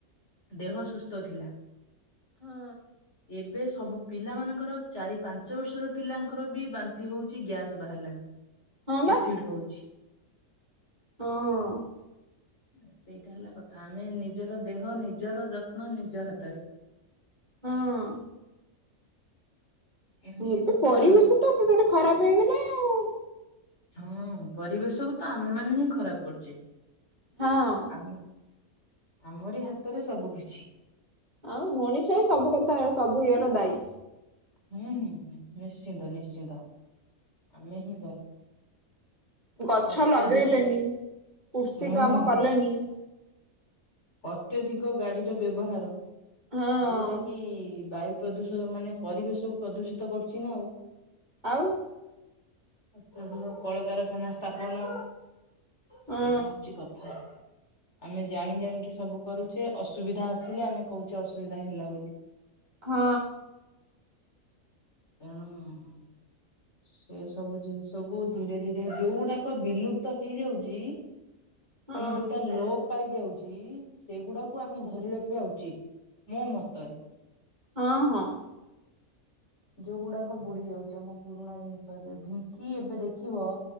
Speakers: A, on the left (about 55°); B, on the right (about 30°).
A: ଦେହ ସୁସ୍ଥ ଥିଲା।
B: ହଁ।
A: ଏବେ ସବୁ ପିଲାମାନଙ୍କର ଚାରି, ପାଞ୍ଚ ବର୍ଷର ପିଲାଙ୍କର ବି ବାନ୍ତି ହଉଛି ଗ୍ୟାସ୍ ବାହାରିଲାଣି।
B: ହଁ ବା
A: ଏସିଡ ହଉଛି।
B: ହଁ।
A: ହୁଁ। ସେଇଟା ହେଲା କଥା ଆମେ ନିଜର ଦେହ ନିଜର ଯତ୍ନ ନିଜ ହାତରେ।
B: ହଁ।
A: ଏମିତି
B: ଏବେ
A: କଥା
B: ପରିବେଶ
A: ଆଉ
B: ତ ମାନେ ଖରାପ ହେଇଗଲା। ଆଉ।
A: ହଁ ପରିବେଶକୁ ତ ଆମେ ମାନେ ହିଁ ଖରାପ କରୁଛେ।
B: ହଁ।
A: ଆମୁ ଆମରି ହାତରେ ସବୁ କିିଛି।
B: ଆଉ ମଣିଷ ହିଁ ସବୁ କଥା ସବୁ ଇଏ ର ଦାୟୀ।
A: ହୁଁ ହୁଁ ହୁଁ ନିଶ୍ଚିନ୍ତ ନିଶ୍ଚିନ୍ତ ଆମେ ହିଁ ଦାୟୀ।
B: ଗଛ
A: ଅତ୍ୟଧିକ
B: ଲଗେଇଲେନି, କୃଷି
A: ହୁଁ
B: କାମ କଲେନି।
A: ଅତ୍ୟଧିକ ଗାଡିର ବ୍ୟବହାର
B: ହଁ
A: ଯୋଉଟା କି ବାୟୁ ପ୍ରଦୂଷ ମାନେ ପରିବେଶକୁ ପ୍ରଦୂଷିତ କରୁଛିନା ଆଉ।
B: ଆଉ
A: ଅତ୍ୟଧିକ କଳକାରଖାନା ସ୍ଥାପନ
B: ହଁ
A: ସେଇଟା ହଉଛି କଥା ଆମେ ଜାଣି ଜାଣିକି ସବୁ କରୁଛେ ଅସୁବିଧା ଆସିଲେ ଆମେ କହୁଛେ ଅସୁବିଧା ହେଲା ବୋଲି।
B: ହଁ।
A: <unintelligible> ସେ ସବୁ ଜିନିଷ କୁ ଧୀରେ ଧୀରେ ଯୋଉ ଗୁଡାକ ବିଲୁପ୍ତ ହେଇଯାଉଛି
B: ହଁ
A: ମାନେ ଯୋଉଟା ଲୋପ ପାଇଯାଉଛି ଚି ସେଗୁଡାକୁ ଆମେ ଧରି ରଖିବା ଉଚିତ ମୋ ମତରେ।
B: ହଁ ହଁ।
A: ଯୋଉଗୁଡାକ ବୁଡି ଯାଉଛି ଆମ ପୁରୁଣା ଜିନିଷରେ ଢିଙ୍କି ଏବେ ଦେଖିବ